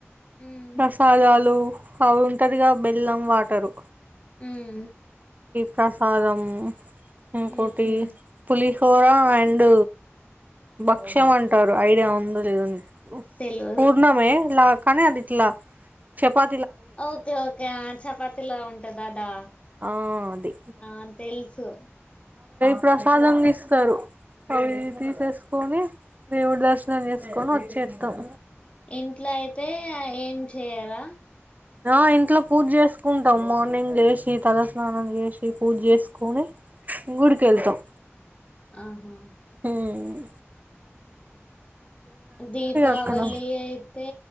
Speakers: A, on the left; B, on the right.
A: ఉమ్
B: ప్రసాదాలు అవు ఉంటదిగ బెల్లం వాటరు
A: ఉమ్
B: ప్రసాదము కోటి
A: ఉహు
B: పులిస్ చోర అండ్ భక్ష్యం అంటారు ఐడియా ఉందో లేదో నీకు
A: తెల్వదు
B: పూర్ణమే లా కాని అది ఇట్ల చపా
A: ఓకే ఓకే ఆ చపాతిల ఉంటది అదా
B: ఆ అది
A: ఆ తెలుసు
B: ప్రసాదం ఇస్తారు అవి
A: అవునా
B: తీసేసుకొని దేవుడి దర్శనం చేసుకొని వచ్చేద్దాం
A: ఇంట్లో అయితే ఏం చేయరా
B: ఆ ఇంట్లో పూజ చేసుకుంటాం మార్నింగ్ లేసి తలస్నానం చేసి పూజ చేసుకొని గుడికి వెళ్తాం
A: ఆహా
B: ఉమ్
A: దీపావళి
B: అక్కడ
A: అయితే